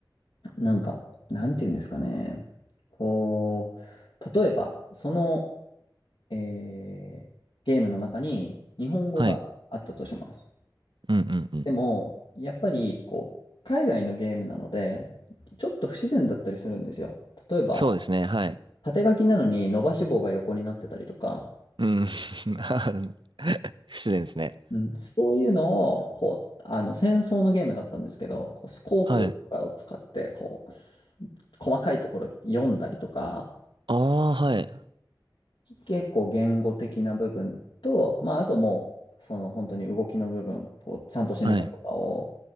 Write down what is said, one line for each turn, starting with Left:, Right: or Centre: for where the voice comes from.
Left: なんか、なんていうんですかね。こう、例えば、その、えーゲームの中に日本語があったとします。
Right: はい。うんうんうん。
Left: でも、やっぱりこう海外のゲームなので、ちょっと不自然だったりするんですよ。例えば、
Right: そうですね。はい。
Left: 縦書きなのに伸ばし棒が横になってたりとか、
Right: うん。<laughs> 不自然ですね。
Left: うん、そういうのをこうあの戦争のゲームだったんですけど、こうスコープとかを使ってこう
Right: <laughs> はい。
Left: 細かいところ読んだりとか、
Right: ああ、はい。
Left: 結構言語的な部分と、まあ、あともう、その本当に動きの部分、こう、ちゃんと死ぬかとかを
Right: はい。